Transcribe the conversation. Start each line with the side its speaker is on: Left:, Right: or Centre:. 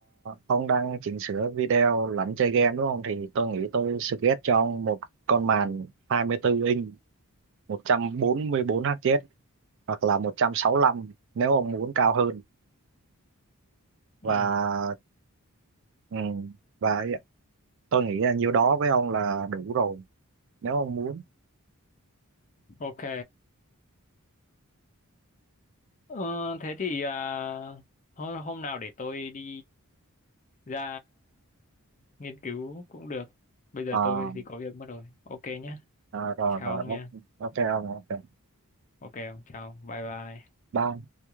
Right: ông đang chỉnh sửa video lẫn chơi game đúng không? Thì tôi nghĩ tôi suggest cho ông một con màn 24 inch một trăm bốn mươi bốn hz hoặc là một trăm sáu lăm nếu ông muốn cao hơn và
Left: ừ
Right: ừ, và tôi nghĩ là nhiêu đó với ông là đủ rồi nếu ông muốn
Left: ok ờ, thế thì à, hôm, hôm nào để tôi đi ra nghiên cứu cũng được bây giờ
Right: Ờ,
Left: tôi thì có việc mất rồi ok nhé
Right: ờ, rồi
Left: chào
Right: rồi
Left: ông
Right: ok
Left: nha
Right: ok ông ok
Left: ok ông chào bye bye
Right: bye